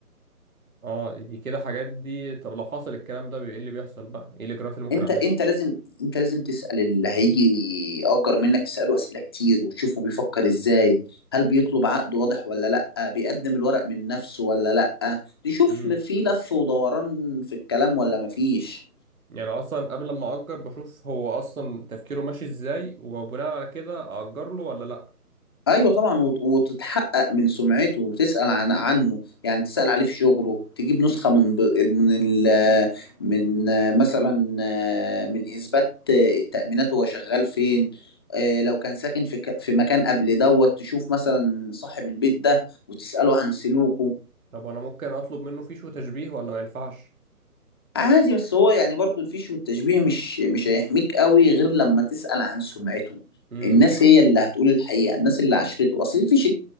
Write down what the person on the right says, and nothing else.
اه دي كده حاجات دي طب لو حصل الكلام ده بي- ايه اللي بيحصل بقى ايه الاجراءات اللي ممكن
اعملها
يعني اصلا قبل ما اجر بشوف هو اصلا تفكيره ماشي ازاي وبناء على كده اجر له ولا لا
طب انا ممكن اطلب منه فيش وتشبيه ولا ما ينفعش
امم